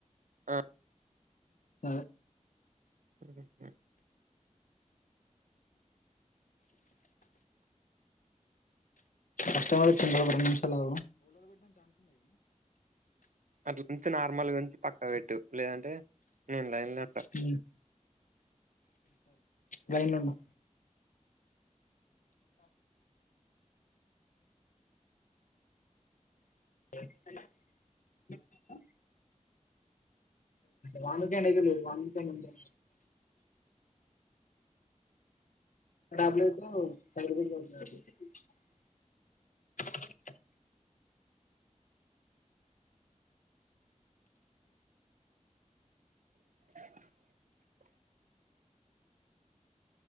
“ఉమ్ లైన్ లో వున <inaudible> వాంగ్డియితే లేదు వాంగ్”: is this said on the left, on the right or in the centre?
Left